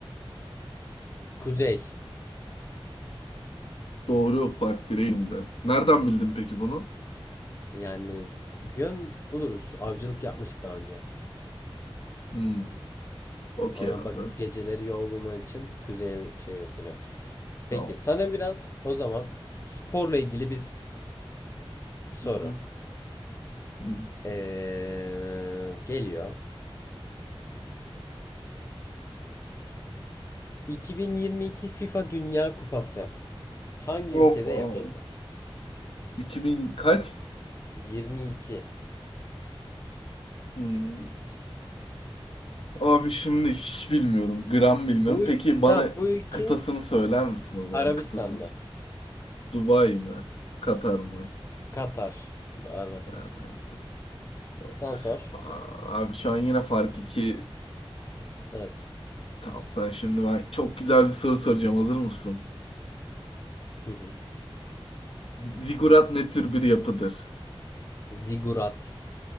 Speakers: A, on the left; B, on the left.
A: Kuzey.
B: Doğru fark bireyinde. Nereden bildin peki bunu?
A: Yani bir gün buluruz. Avcılık yapmıştık daha önce.
B: Hmm. Okey
A: Ona
B: abi.
A: bakıp geceleri yol bulman için kuzeye şey gösteriyor.
B: Tamam.
A: Peki sana biraz o zaman sporla ilgili bir soru.
B: Hı hı. Hmm.
A: Ee, geliyor. 2022 FIFA Dünya Kupası hangi
B: Of
A: ülkede
B: abi.
A: yapıldı?
B: 2000 kaç?
A: 22.
B: Hmm. Abi şimdi hiç bilmiyorum. Gram bilmiyorum.
A: Bu
B: Peki bana
A: tam bu ülke
B: kıtasını söyler misin o zaman?
A: Arabistan'da.
B: Kıtasını. Dubai mi? Katar mı?
A: Katar. Bu da ara.
B: Ha, neyse. Sağ ol.
A: Sen sor.
B: Aa, Abi şu an yine fark 2.
A: Evet.
B: Tamam sen şimdi ben çok güzel bir soru soracağım. Hazır mısın?
A: Hı hı.
B: Zigurat ne tür bir yapıdır?
A: Zigurat.